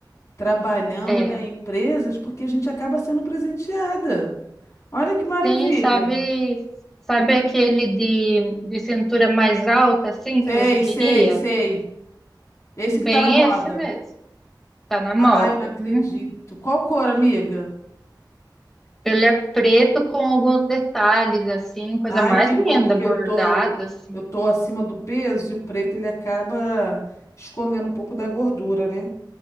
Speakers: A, on the left; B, in the centre.
A: Trabalhando,
B: É.
A: né? Em empresas, porque a gente acaba sendo presenteada. Olha que maravilha.
B: Sim, sabe, sabe aquele de, de cintura mais alta assim
A: Sei,
B: que você queria?
A: sei, sei. Esse
B: Bem
A: que tá na moda.
B: esse mesmo. Tá na moda.
A: Ai, não acredito.
B: Hum.
A: Qual cor, amiga?
B: Ele é preto com alguns detalhes, assim, coisa
A: Ai,
B: mais
A: que
B: linda,
A: bom, porque
B: bordado,
A: eu tô,
B: assim.
A: eu tô acima do peso e o preto ele acaba escondendo um pouco da gordura, né?